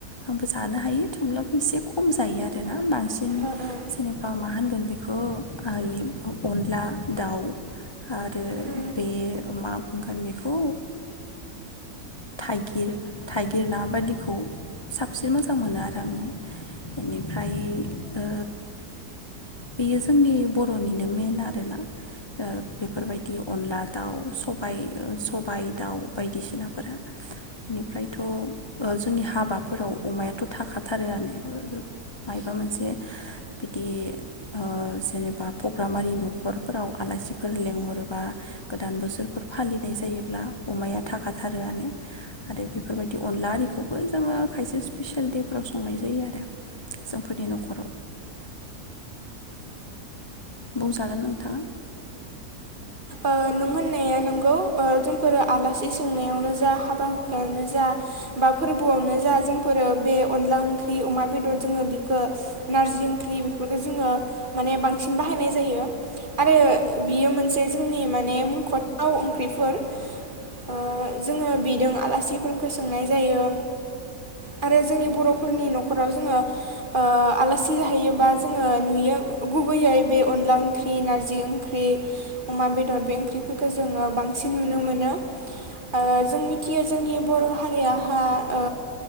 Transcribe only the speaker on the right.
ओ ओ
ओ
ओ नों होननाया नोंगौ ओ जोंफोरो आलासि सोंनायावनो जा हाबा हुखायावनो जा बा फोरबोआवनो जा जोंफोरो बे अनला ओंख्रि अमा बेदर जोङो बेखौ नारजि ओंख्रि बेफोरखौ जोङो माने बांसिन बाहायनाय जायो। आरो बियो मोनसे जोंनि माने मुंख'थाव ओंख्रिफोर। ओ जोङो बेदों आलासिफोरखौ सोंनाय जायो आरो जोंनि बर'फोरनि न'खराव जोङो ओ आलासि जाहैयोबा जोङो नुयो गुबैयै बे अनला ओंख्रि नारजि ओंख्रि अमा बेदर बे ओंख्रिफोरखौ जोङो बांसिन नुनो मोनो। ओ जों मिथियो जोंनि बर' हारियाहा ओ